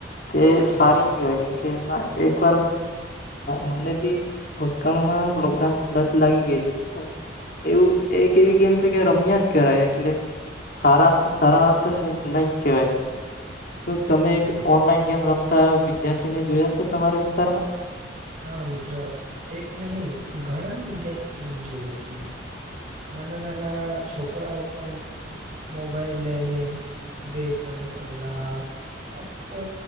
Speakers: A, on the left; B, on the right.
A: તે
B: હા
A: સારી નહી કેહેવાય કેમ કે એમાં એકવાર મને બી ભૂતકાળમાં લોકડાઉનમાં લત લાગી ગયેલી એવું એક એવી ગેમ છે કે રમ્યા જ કરાય એટલે સારા સારા તો નહી જ કેવાય. શું તમે એક
B: હા
A: ઓનલાઈન ગેમ રમતા વિદ્યાર્થીને જોયા છે તમારા વિસ્તારમાં?
B: હા મિત્ર એક નહી ઘણા વિદ્યાર્થીઓને જોયા છે મિત્ર. નાના નાના છોકરાઓ પણ મોબાઈલ લઈને બે ત્રણ કલાક આખો